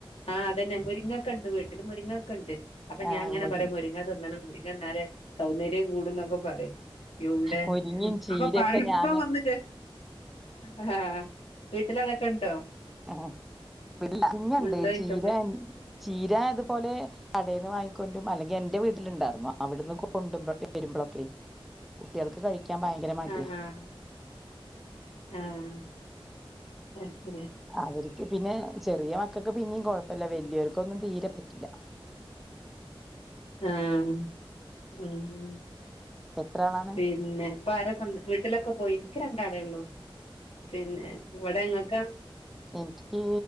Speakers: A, on the left (about 85°); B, in the centre.
A: ആഹ് അതന്നെ മുര്ങ്ങൊക്കെണ്ട് വീട്ടില് മുര്ങ്ങൊക്കെണ്ട്. അപ്പൊ ഞാൻ
B: ആഹ്
A: ഇങ്ങനെ
B: മുരി
A: പറയും മുര്ങ്ങ തിന്നണം മുര്ങ്ങന്നലേ സൗന്ദര്യം കൂടുംന്നൊക്കെ പറിം. യൗടെ
B: മുരിങ്ങയും
A: ഉം
B: ചീരയൊക്കെ
A: അപ്പൊ പറിബോ
B: ഞാന്
A: വന്ന് കെ ആഹ് അ വീട്ടിലതൊക്കെണ്ടോ?
B: ആഹ് വീട്ടില് രിങ്ങണ്ട്
A: ഉണ്ടോയിക്ക
B: ചീര ചീര ഇത്പോലെ. കടെന്ന് വാങ്ങിക്കൊണ്ട്രും അല്ലെങ്കി എന്റെ വീട്ടില്ണ്ടാർന്നു അവ്ട്ന്ന് കൊണ്ടുബോ വെരുമ്പളൊക്കെയ്. കുട്ട്യാൾക്ക് കഴിക്കാൻ ഭയങ്കര മട്യാ.
A: ആഹ് ആഹ് ആഹ് അയ്ശരി
B: അവര്ക്ക് പിന്നെ ചെറിയ മക്കക്ക് പിന്നിം കൊഴപ്പെല്ല വെല്ല്യോര്ക്കൊന്നും തീരെ പറ്റ്ല്ല.
A: ആഹ് ഉം
B: എത്ര ആളാണ്
A: പിന്നെ. പ്പരോക്കെണ്ട് വീട്ടിലൊക്കെ പോയി ഇൻക്ക് രണ്ടാളെ ഒള്ളു പിന്നെ ഇവടെ ഇങ്ങക്കൊ?
B: എൻക്ക്